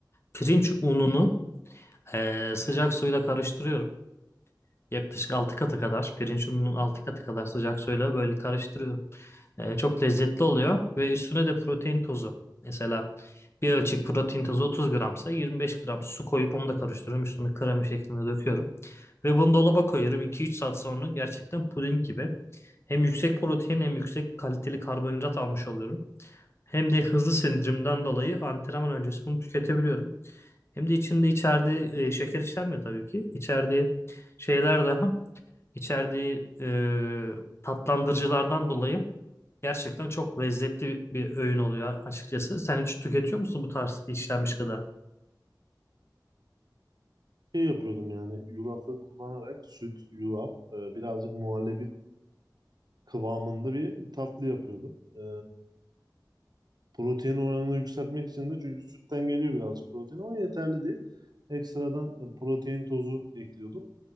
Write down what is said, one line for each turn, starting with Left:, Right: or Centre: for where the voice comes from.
Left: Pirinç ununu eee, sıcak suyla karıştırıyorum. Yaklaşık 6 katı kadar pirinç ununun 6 katı kadar sıcak suyla böyle karıştırıyorum. Eee, çok lezzetli oluyor ve üstüne de protein tozu. Mesela bir ölçek protein tozu 30 gramsa 25 gram su koyup onu da karıştırıyorum. Üstüne krema şeklinde döküyorum. Ve bunu dolaba koyuyorum. iki üç saat sonra gerçekten puding gibi. Hem yüksek protein hem yüksek kaliteli karbonhidrat almış oluyorum. Hem de hızlı sindirimden dolayı antrenman öncesi bunu tüketebiliyorum. Hem de içinde içerdiği e, şeker içermiyor tabii ki. İçerdiği şeyler daha içerdiği e, tatlandırıcılardan dolayı gerçekten çok lezzetli bir öğün oluyor açıkçası. Sen hiç tüketiyor musun bu tarz işlenmiş gıda?
Right: Şey yapıyordum yani yulafı kullanarak süt, yulaf, e, birazcık muhallebi kıvamında bir tatlı yapıyordum. E, Protein oranını yükseltmek için de çünkü sütten geliyor birazcık protein ama yeterli değil. Ekstradan protein tozu ekliyordum.